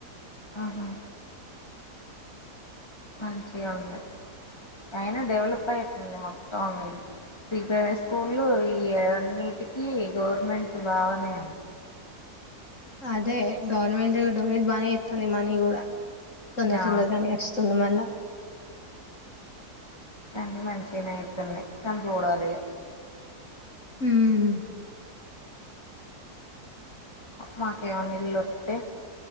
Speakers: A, on the left (about 15°); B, on the left (about 50°).
A: ఆహా మంచిగ ఉంది, అయినా డెవలప్ అయితుంది మొత్తం మీ ప్రీ ప్రైమరీ స్కూలు, ఈ అన్నిటికీ గవర్నమెంట్ బాగానే
B: అదే గవర్నమెంట్ డొనేట్ బానే చేత్తంది మనీ కూడా తొందర
A: ఆ
B: తొందరగానే అస్తుంది మళ్ళా
A: అన్ని మంచిగనే అయితునయ్ కానీ చూడాలిగా
B: మ్మ్
A: మాకేమన్న ఇల్లోత్తే